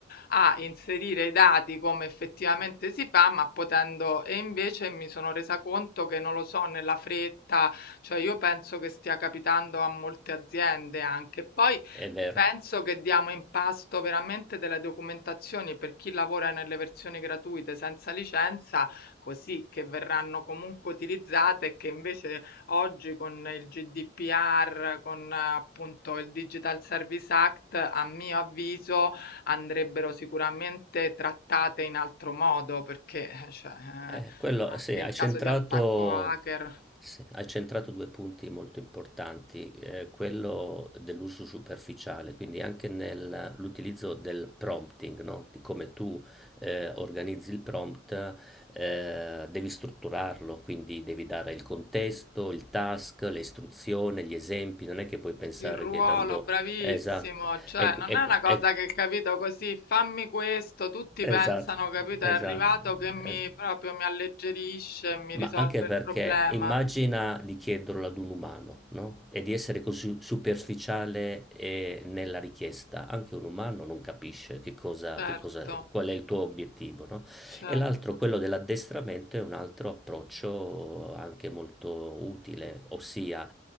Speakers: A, on the left (about 50°); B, in the centre.
A: a inserire i dati come effettivamente si fa, ma potendo e invece mi sono resa conto che non lo so, nella fretta, cioè io penso che stia capitando a molte aziende anche. Poi
B: è vero.
A: penso che diamo in pasto veramente delle documentazioni per chi lavora nelle versioni gratuite senza licenza, così che verranno comunque utilizzate e che invece oggi con il GDPR, con eh, appunto il Digital Service Act, a mio avviso andrebbero sicuramente trattate in altro modo perché, eh, cioè, eh,
B: Eh, quello,
A: anche
B: sì,
A: in
B: hai centrato,
A: caso di attacco hacker,
B: sì, hai centrato due punti molto importanti, eh, quello dell'uso superficiale, quindi anche nell'utilizzo del prompting, no? Di come tu eh, organizzi il prompt, eh, devi strutturarlo, quindi devi dare il contesto, il task, le istruzioni, gli esempi, non è che puoi pensare
A: il ruolo,
B: che dando...
A: bravissimo,
B: Esatto,
A: cioè
B: ecco,
A: non
B: ecco,
A: è una cosa
B: ecco,
A: che capito così, fammi questo, tutti
B: Esatto,
A: pensano, capito,
B: esatto,
A: è arrivato che mi
B: es
A: proprio mi alleggerisce e mi
B: Ma
A: risolve
B: anche perché
A: il problema.
B: immagina di chiederlo ad un umano, no, e di essere così superficiale, ehm, nella richiesta. Anche un umano non capisce che cosa
A: Certo,
B: che cosa qual è il tuo obiettivo, no,
A: certo,
B: e l'altro, quello dell'addestramento, è un altro approccio anche molto utile, ossia